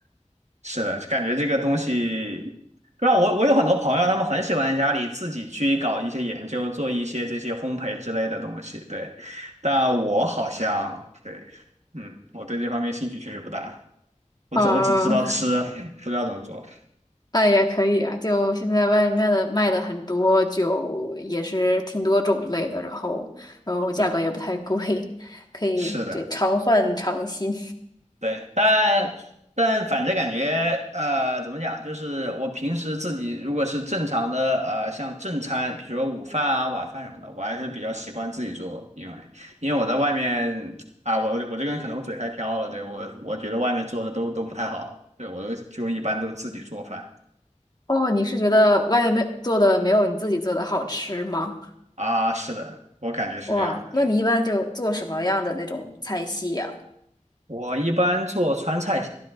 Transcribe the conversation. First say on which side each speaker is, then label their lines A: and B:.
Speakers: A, on the right; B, on the left.
A: 是的，感觉这个东西，不知道我我有很多朋友，他们很喜欢家里自己去搞一些研究，做一些这些烘焙之类的东西。对，但我好像对，嗯，我对这方面兴趣确实不大。我只我只知道吃，
B: 啊，
A: 不知道怎么做。
B: <laughs> 那也可以啊。就现在外面的卖的很多，就也是挺多种类的，然后，然后价格也不太贵，
A: 对，
B: <laughs> 可以，
A: 是的。
B: 对，常换常新。
A: 对，但但反正感觉呃，怎么讲，就是我平时自己如果是正常的呃，像正餐，比如说午饭啊、晚饭什么的，我还是比较习惯自己做，因为因为我在外面啊，我我这个人可能我嘴太挑了，对，我我觉得外面做的都都不太好，对，我都就一般都自己做饭
B: 哦，你是觉得外面没做的没有你自己做的好吃吗？
A: 啊，是的，我感觉是这样的，
B: 哇，那你一般就做什么样的那种菜系呀？
A: 我一般做川菜，